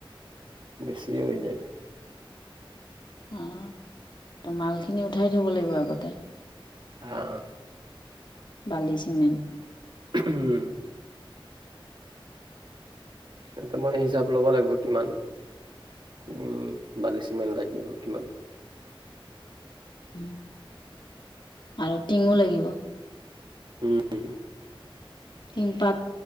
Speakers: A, on the right; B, on the left.
A: বেছি হৈ যায়
B: অ ত মালখিনি উঠাই থব লাগিব আগতে
A: হা
B: বালি চিমেণ্ট
A: উম এ মই হিচাপ ল'ব লাগিব কিমান উম বালিচিমেট লাগিব কিমান
B: উম আৰু টিঙো লাগিব
A: উম
B: তিনপাত